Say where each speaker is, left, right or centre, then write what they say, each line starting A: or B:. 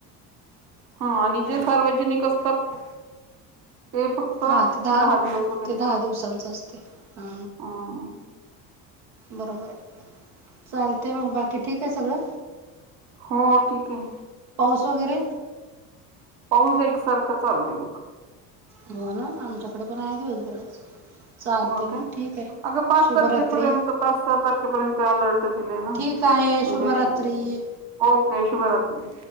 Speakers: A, on the right; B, on the right.
A: हा आणि जे सार्वजनिक असतात ते फक्त दहा
B: हा ते
A: दिवस वगैरे
B: ते दहा
A: करत
B: दिवसांचं असते हा
A: हम्म.
B: बरोबर आहे चालतय म बाकी ठीक आहे सगळं
A: हो ठीक आहे
B: पाऊस वगैरे
A: पाऊस एकसारखं चालूय बग.
B: हो ना आमच्याकडे पण आहे दिवसभर आज चालते
A: हो काय
B: मग ठीक आहे.
A: अगं पाच
B: शुभरात्री
A: तारखेपर्यंत, पाच सहा तारखेपर्यंत अलर्ट दिले ना
B: ठीक
A: म्हणजे
B: आहे शुभरात्री
A: ओके शुभरात्री.